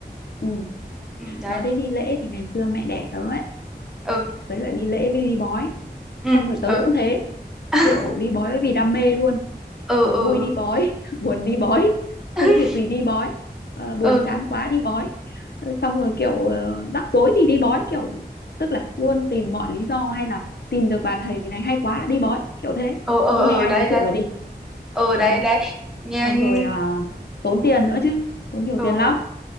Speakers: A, on the left (about 70°); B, in the centre.
A: ừ.
B: ừ, đấy
A: nói đến đi lễ thì ngày xưa mẹ đẻ tớ ấy
B: ừ
A: với lại đi lễ với đi bói
B: ừ
A: xong rồi tớ
B: ừ
A: cũng thế
B: <laughs>
A: kiểu đi bói vì đam mê luôn
B: ừ
A: Ờ,
B: ừ
A: vui
B: ừ
A: đi bói <laughs> buồn đi bói không
B: <laughs>
A: có việc gì đi bói Ờ, buồn
B: ừ
A: chán quá đi bói Ờ, xong rồi kiểu ờ, rắc rối thì đi bói kiểu tức là luôn tìm mọi lý do hay là tìm được bà thầy này hay quá đi bói kiểu thế
B: ừ ừ
A: cứ
B: ừ,
A: nghe ai
B: đấy
A: giới
B: đấy
A: thiệu là đi
B: ừ
A: kiểu
B: đấy
A: thế không
B: đấy Nhìn-
A: xong rồi à, tốn tiền nữa chứ tốn nhiều
B: ừ
A: tiền lắm